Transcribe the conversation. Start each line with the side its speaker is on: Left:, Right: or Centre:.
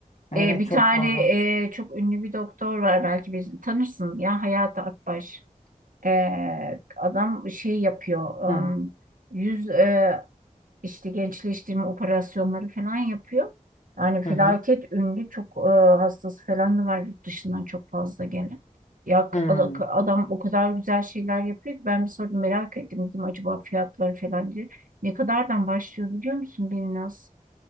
Left: Evet
Right: Ee, bir
Left: çok
Right: tane
Left: fazla.
Right: e, çok ünlü bir doktor var belki bir tanırsınız ya Hayati Akbaş. Ee, adam şey yapıyor.
Left: Hı
Right: ım, yüz e, işte gençleştirme operasyonları falan yapıyor. Yani felaket
Left: hı. Hı.
Right: ünlü çok e, hastası falan da var yurt dışından çok fazla gelen. Ya
Left: Hı.
Right: ad- adam o kadar güzel şeyler yapıyor ki ben bir sordum merak ettim dedim acaba fiyatları falan diye. Ne kadardan başlıyor biliyor musun Birnaz?